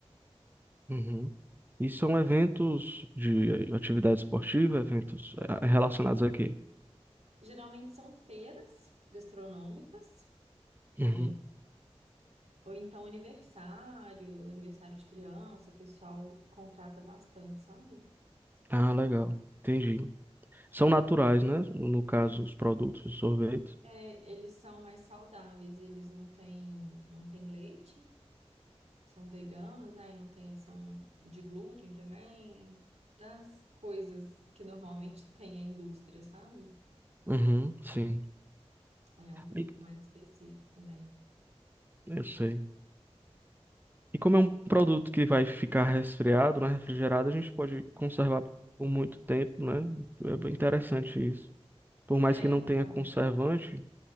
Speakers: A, on the right; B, on the right.
A: Uhum. E são eventos de atividade esportiva, eventos eh, relacionados a quê?
B: Geralmente são feiras gastronômicas,
A: Uhum.
B: é, ou então aniversário, aniversário de criança, o pessoal contrata bastante, sabe?
A: Ah, legal. Entendi. São naturais, né? No caso, os produtos, os sorvetes.
B: É, eles são mais saudáveis, eles não têm, não têm leite. são veganos, né? E não tem adição de glúten também, das coisas que normalmente tem a indústria, sabe?
A: Uhum, sim.
B: Aí é um público
A: E-
B: mais específico também.
A: Eu sei. E como é um produto que vai ficar resfriado, né, refrigerado, a gente pode conservar por muito tempo, né? É bem interessante isso. Por mais
B: É,
A: que não
B: então,
A: tenha conservante,